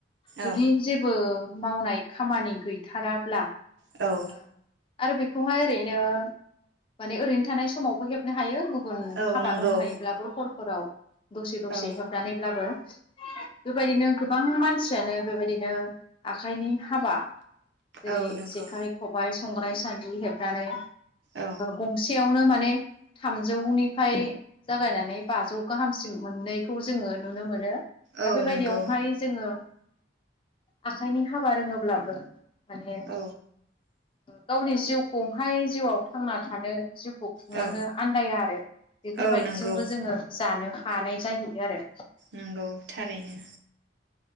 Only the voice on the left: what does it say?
जुदि
जेबो मावनाय खामानि गैथाराब्ला।
ओ आरो बेखौहाय ओरैनो माने ओरैनो थानाय सम समावबो हेबनो हायो गुब गुबुन
हाबा
दंखायोब्लाबो हर हराव दसे दसे
होबनानैब्लाबो बेबायदिनो गोबां मानसियानो बेबायदिनो आखाइनि हाबा। जेरै
जेखाइ, खबाय संग्राय सान्द्रि हेबनानै
गंसेयावनो मान। थामजौ निफ्राय जागायनानै बाजौ गाहामसिम मोननैखौ जोङो नुनो मोनो दा
बेबायदियावहाय
जोङो आखाइनि हाबा रोङोब्लाबो माने ओ
गावनि जिउखौहाय जिउआव थांना थानो जिउखौ थांलांनो
आन्दाया आरो बेफोरबायदिजोंबो
जोङो जानो हानाय जाहैयो आरो।